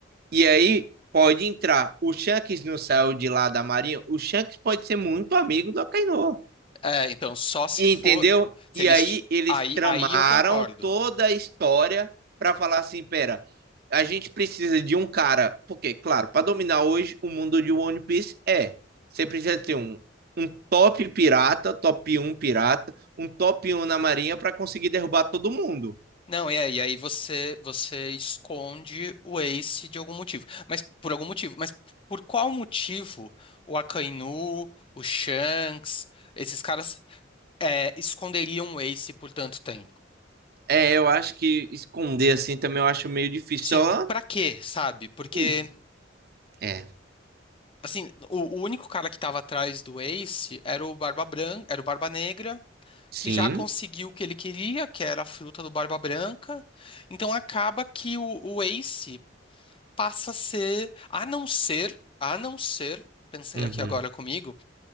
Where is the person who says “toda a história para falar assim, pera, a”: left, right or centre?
Right